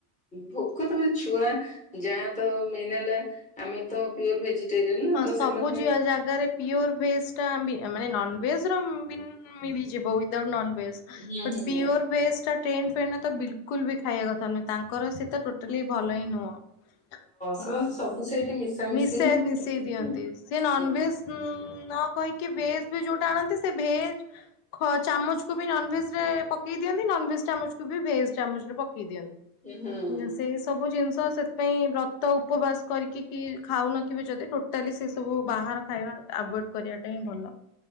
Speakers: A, on the left; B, on the left.
A: ଭୋକ ତମ ଛୁଆ ଯାହା ତ ମେନ୍ ହେଲା ଆମେ ତ ପିଓର ଭେଜି <unintelligible> ନା
B: ହଁ
A: ତ
B: ସବୁ
A: ସେମାନେ
B: ଯା ଜାଗାରେ ପିଓର ଭେଜ ଟା ମାନେ ନନଭେଜ ର ମିଳିଯିବ ବିଡାଉଟ ନନଭେଜ।
A: ହୁଁ ହୁଁ
B: ପିଓର ଭେଷ୍ଟ ଟା ଟ୍ରେନ ଫ୍ରେନ ତ ବିଲକୁଲ ବି ଖାଇବା କଥା ନୁହଁ ତାଙ୍କର ସେ ତ ଟୋଟାଲି ଭଲ ହିଁ ନୁହଁ। ହଁ
A: ସେମାନେ ସବୁ
B: ତ
A: ସେଇଠି ମିଶାମିଶି
B: ମିଶେଇ
A: ହିଁ କରନ୍ତି
B: ମିଶେଇ ଦିଅନ୍ତି
A: ନା।
B: ସିଏ ନନଭେଜ
A: ହୁଁ।
B: ଉଁ ନ କହିକି ଭେଜ ବି ଯୋଉଟା ଆଣନ୍ତି ସେ ଭେଜ ଚାମଚକୁ ବି ନନ ଭେଜ ରେ ପକେଇ ଦିଅନ୍ତି ନନ ଭେଜ ଚାମଚକୁ ବି ଭେଜ ଚାମଚ ରେ ପକେଇ ଦିଅନ୍ତି।
A: ହୁଁ
B: <unintelligible> ସବୁ ଜିନିଷ ସେଥିପାଇଁ ବ୍ରତ ଉପବାସ କରିକି କି ଖାଉନଥିବେ ଯଦି ଟୋଟାଲି ସେ ସବୁ ବାହାର ଖାଇବା ଆଭଏଡ କରିବାଟା ହିଁ ଭଲ।